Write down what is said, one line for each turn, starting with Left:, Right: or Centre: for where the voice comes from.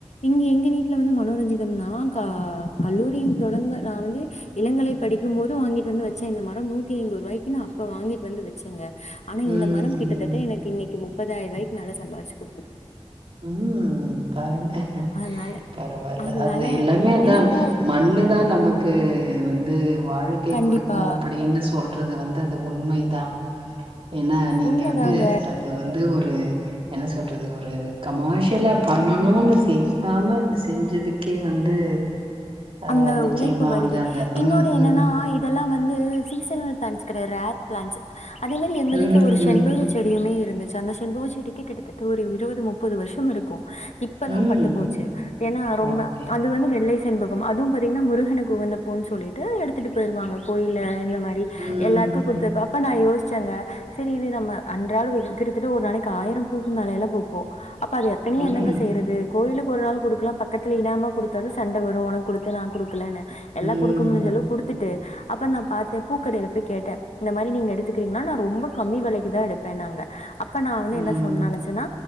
Left: இங்க எங்க வீட்டுல வந்து மனோரஞ்சிதம்னா நா கல்லூரிய தொடங்க நான் வந்து இளங்கலை படிக்கும் போதும் வாங்கிட்டு வந்து வச்சேன் இந்த மரம் நூத்தி ஐம்ப ரூபாய்க்கு ந அப்ப வாங்கிட்டு வந்து வச்சேங்க ஆனா
Right: ம்,
Left: இந்த மரம்
Right: ம்.
Left: கிட்டத்தட்ட எனக்கு இன்னைக்கு முப்பதாயிரம் வாய்குல சம்பாதிச்சு கொடுத்துருட்டு
Right: உம் கரங்
Left: அதனால
Right: பரவாயில்ல
Left: அதனால
Right: அது எல்லாமே அதா
Left: என்ன போ
Right: மண்ணுதா நமக்கு <unintelligible> வந்து வாழ்க்கை
Left: கண்டிப்பா
Right: கொடுக்கும் அப்படின்னு சொல்றது வந்து அது உண்மைதா ஏன்னா நீங்க
Left: உண்மதாங்க
Right: வந்து அது வந்து ஒரு என்ன சொல்றது ஒரு கமர்ஷியலாக பண்ணணும்னு செய்யாமல் செஞ்சதுக்கே வந்து
Left: அந்த
Right: அ நிச்சயமா
Left: உழைப்பு வருது
Right: வந்து அந்த
Left: இன்னொன்னு
Right: ம், ம்.
Left: என்னன்னா இதெல்லாம் வந்து சிசன் <unintelligible> பிளான்ஸ் அதே மாதிரி எங்க
Right: ம்,
Left: வீட்டுல ஒரு செண்பக
Right: ம்.
Left: செடியுமே இருந்துச்சு அந்த செண்பக செடிக்கு கிட்டத்தட்ட ஒரு இருபது முப்பது வருஷம் இருக்கும் இப்பதா
Right: ம்.
Left: பட்டு போச்சு ஏன்னா ரொம்ப
Right: ஓகே.
Left: அது வந்து வெள்ளை <unintelligible> அதுவும் பாத்தீங்கன்னா முருகனு உகந்த பன்னு சொல்லிட்டு எடுத்துட்டு போயிருவாங்க கோயில்ல இந்த மாரி
Right: ம்,
Left: எல்லாருக்கும்
Right: ம்.
Left: கொடுத்தப்ப அப்ப நான் யோசிச் பச்சங்க சரி இது நம்ம அன்றாள் கிட்டத்தட்ட ஒரு நாளைக்கு ஆயிரம் பூக்கும் மேலைய எல்லாம் பூக்கும் அப்ப அது எத்தனைய
Right: ம்.
Left: என்னங்க செய்யறது கோயிலுக்கு ஒரு நாள் கொடுக்கலாம் பக்கத்தில் இனாம கொடுத்தாலும் சண்டை வரும் உனக்கு கொடுத்து நான் குடுக்கலன்னு எல்லாம்
Right: ம்.
Left: கொடுக்கு முடுஞ்சளவுக்கு கொடுத்துட்டு அப்புறம் நான் பா்த்தேன் பூக்கறில போய் கேட்டேன் இந்த மாரி நீங்க எடுத்துக்கீங்கன்னா நான் ரொம்ப கம்மி விலைக்குதா எடுப்பேன் நாங்க ப்ப நா வந்து
Right: ம்.
Left: என்ன சொன் நெனைச்சனா